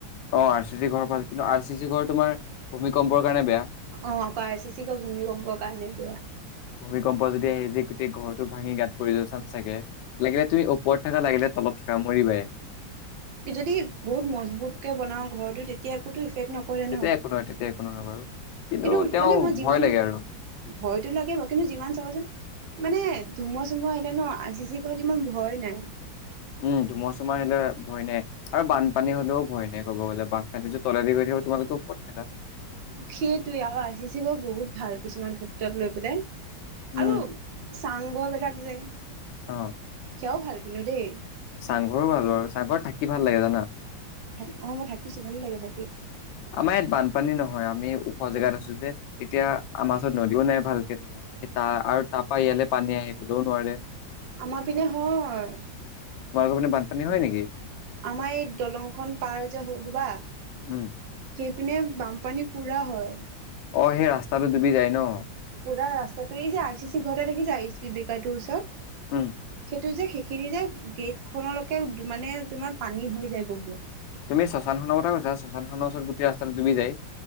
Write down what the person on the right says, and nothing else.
অ আকৌ আৰ চি চি ঘৰ ভূমিকম্পৰ কাৰণে বেয়া
যদি বহুত মজবুত কে বনাও ঘৰটো তেতিয়া একোতো নকৰে
ন
কিন্তু
মানে মই যিমান
ভয় টো লাগে বাও কিন্তু যিমান চাবচোন মানে ধুমুহা চুমুহা আহিলেনো আৰ চি চি ঘৰত ইমান ভয় নাই
সেইটোৱে আৰু আজি <unintelligible> বহুত ভাল কিছুমান ক্ষেত্ৰত লৈ পেলাই।
আৰু চাংঘ বিলাক যে
বৰ ভাল কিন্তু দেই।
অঁ, মই থাকিছো ভাল লাগে থাকি।
আমাৰ পিনে হয়।
আমাৰ এই দলংখন পাৰ যে হল হ'বা
সেইপিনে বানপানী পুৰা হয়।
পুৰা ৰাস্তাটো এই যে আৰ চি চি ঘৰতে দেখিচা এই স্পীডব্ৰেকাৰ টো ওচৰত।
এইটো যে সেইখিনি যে গেটখনলৈকে মানে তোমাৰ পানী হৈ যায় বহুত।